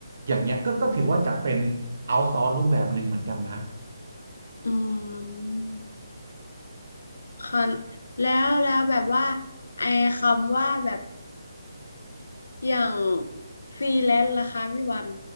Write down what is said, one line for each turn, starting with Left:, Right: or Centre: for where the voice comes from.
Right: อย่างเงี้ยก็ก็ถือว่าจัดเป็นเอาซอ c e รูปแบบหนึ่งเหมือนกันนะ
Left: อืมค่ะแล้วแล้วแบบว่าไอ้คำว่าแบบอย่างฟรีแลนซ์ล่ะคะพี่วัน